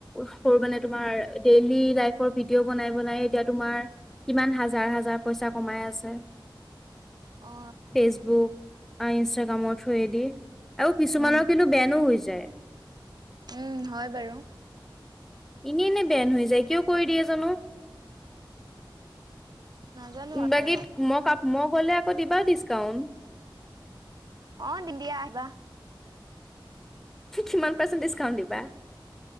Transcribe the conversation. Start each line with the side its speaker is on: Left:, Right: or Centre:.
Centre: সৰু মানে তোমাৰ ডেইলি লাইফৰ ভিডিঅ' বনাই বনাই এতিয়া তোমাৰ কিমান হাজাৰ হাজাৰ পইচা কমাই আছে
Right: অ
Centre: ফেচবুক ইনষ্টাগ্ৰামৰ থ্ৰেদি আৰু কিছুমানৰ
Right: উম
Centre: কিন্তু বেনো হৈ যায়
Right: উম হয় বাৰু
Centre: এনেই এনেই বেন হৈ যায় কিয় কৰি দিয়ে জানো
Right: নাজানো
Centre: বাকীত
Right: আৰু
Centre: মই মই গলে আকৌ দিবা ডিচকাউন্ট
Right: অ দণ্ডিয়া আহিবা
Centre: কিমান পাৰ্চেণ্ট ডিছকাউণ্ট দিবা।